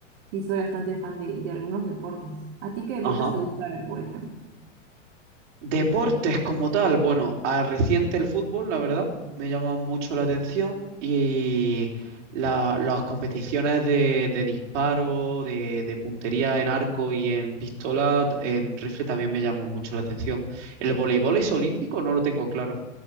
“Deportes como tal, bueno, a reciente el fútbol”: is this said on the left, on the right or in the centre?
Right